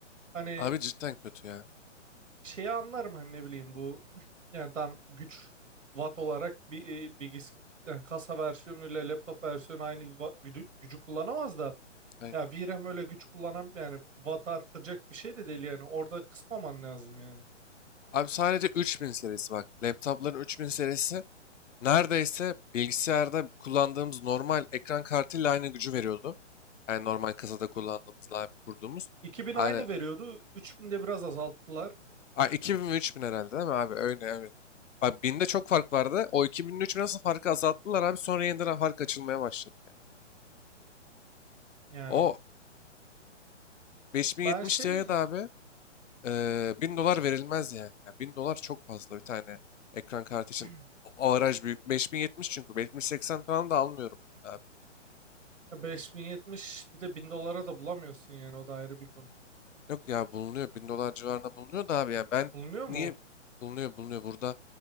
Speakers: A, on the right (about 85°); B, on the left (about 80°).
A: Hani
B: Abi cidden kötü ya.
A: şeyi anlarım hani ne bileyim bu <laughs> yani tam güç watt olarak bir e, bilgis yani kasa versiyonuyla laptop versiyonu aynı va- güdü- gücü, kullanamaz da
B: Aynen.
A: ya VRAM öyle güç kullanan yani watt arttıracak bir şey de değil yani. Orada kısmaman lazım yani.
B: Abi sadece 3000 serisi bak. Laptopların 3000 serisi neredeyse bilgisayarda kullandığımız normal ekran kartıyla aynı gücü veriyordu. Yani normal kasada kullandığımızla abi kurduğumuz.
A: 2000
B: Aynı.
A: aynı veriyordu. 3000'de biraz azalttılar.
B: Aa, 2000 ve 3000 herhalde değil mi abi? Öyle evet. Bak binde çok fark vardı. O 2000 ile 3000 nasıl farkı azalttılar abi? Sonra yeniden fark açılmaya başladı yani.
A: Yani
B: O 5070
A: ben şey
B: Ti'ye de abi Eee, 1000 dolar verilmez yani. Ya 1000 dolar çok fazla bir tane ekran kartı için.
A: <clears throat>
B: Avaraj büyük. 5070 çünkü. beş bin seksen falan da almıyorum yani abi.
A: Ya 5070 bir de 1000 dolara da bulamıyorsun yani o da ayrı bir konu.
B: Yok ya bulunuyor. bin dolar civarında bulunuyor da abi yani ben
A: Bulunuyor
B: niye
A: mu? o?
B: bulunuyor bulunuyor burada